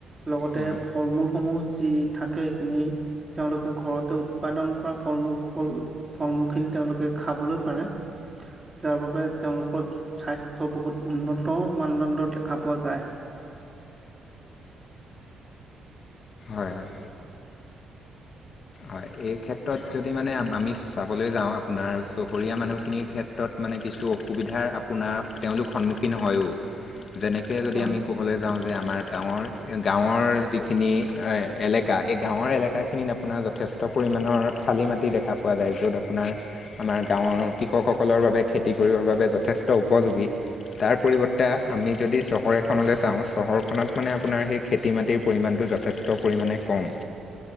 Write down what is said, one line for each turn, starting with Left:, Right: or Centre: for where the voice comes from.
Right: লগতে
Left: হয়
Right: ফল মূল সমূহ যি থাকে সেইখিনি তেওঁলোকে ঘৰতে উৎপাদন কৰা ফল মূল সকলো ফল মূলখিনি তেওঁলোকে খাবলৈ পাৰে <unintelligible> <inaudible> যাৰ বাবে তেওঁলোকৰ স্বাস্থ্য বহুত উন্নত মানদণ্ডৰ দেখা পোৱা যায়
Left: হয় হয়
Right: <unintelligible> <inaudible>
Left: হয় এই ক্ষেত্ৰত যদি মানে আমি চাবলৈ যাওঁ আপোনাৰ চুবোৰীয়া মানুহ ক্ষেত্ৰত মানে কিছু অসুবিধাৰ আপোনাৰ তেওঁলোক সন্মুখীন হয়ো যেনেকৈ যদি
Right: হয়
Left: আমি ক'বলৈ যাওঁ যে আমাৰ গাঁৱৰ গাঁৱৰ গৰ যিখিনি এলেকা সেই গাঁৱৰ এলেকাখিনিত আপোনাৰ য যথেষ্ট পৰিমাণৰ খালি মাটি দেখা পোৱা যায় য'ত আপোনাৰ আমাৰ গাঁৱৰ কৃষকসকলৰ বাবে খেতি কৰিবৰ বাবে যথেষ্ট উপযোগী তাৰ পৰিৱৰ্তে আমি যদি চহৰ এখনলৈ চাওঁ চহ চহৰখনত মানে আপোনাৰ সেই খেতি মাটিৰ পৰিমাণটো যথেষ্ট পৰিমাণে কম